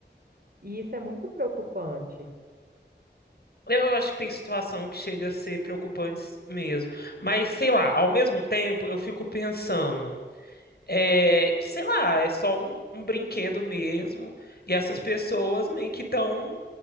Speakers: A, on the right; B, on the left.
A: E isso é muito preocupante.
B: Eu acho que tem situação que chega a ser preocupante mesmo. Mas, sei lá, ao mesmo tempo eu fico pensando é, que, sei lá, é só um, um brinquedo mesmo. E essas pessoas meio que estão,